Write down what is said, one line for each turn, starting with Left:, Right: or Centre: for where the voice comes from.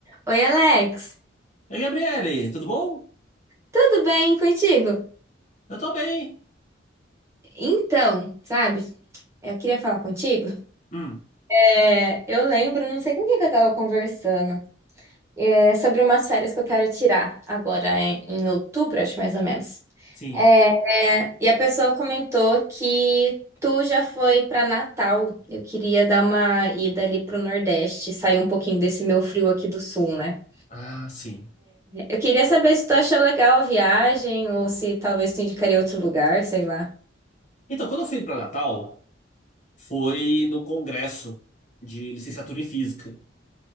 Right: Oi, Alex.
Left: Ei, Gabriele, tudo bom?
Right: Tudo bem contigo?
Left: Eu tô bem.
Right: Então, sabe, eu queria falar contigo.
Left: Hum,
Right: É, eu lembro, não sei com quem que eu tava conversando, é, sobre umas férias que eu quero tirar agora em, em outubro, acho mais ou menos.
Left: sim.
Right: É, é, e a pessoa comentou que tu já foi para Natal. Eu queria dar uma ida ali pro Nordeste, sair um pouquinho desse meu frio aqui do Sul, né?
Left: Ah, sim.
Right: Eu queria saber se tu achou legal a viagem ou se talvez tu indicaria outro lugar, sei lá.
Left: Então, quando eu fui para Natal, foi no congresso de licenciatura em física.